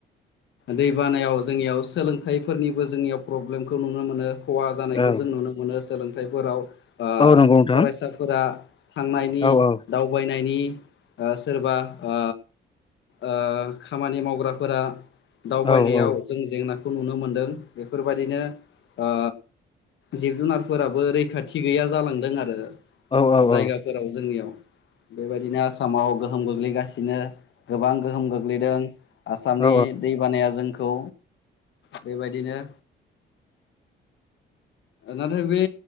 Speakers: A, on the left; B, on the left.
A: दै बानायाव जोंनियाव सोलोंथाइफोरनिबो जोंनियाव प्रब्लेमखौ नुनो मोनो। खहा जानायखौ
B: औ
A: जों नुनो मोनो सोलोंथाइफोराव ओ
B: औ नंगौ नोंथां
A: फरायसाफोरा थांनायनि
B: औ औ
A: दावबायनायनि ओ सोरबा ओ ओ खामानि मावग्राफोरा दावबायनायाव
B: औ औ
A: जों जेंनाखौ नुनो मोनदों। बेफोर बायदिनो ओ जिब जुनारफोराबो रैखाथि गैया जालांदों आरो।
B: औ औ
A: जायगाफोराव
B: औ
A: जोंनियाव बे बायदिनो आसामाव गोहोम गोग्लैगासिनो। गोबां गोहोम गोग्लैदों आसामनि
B: औ
A: दै बानाया जों खौ बे बायदिनो नाथाय बे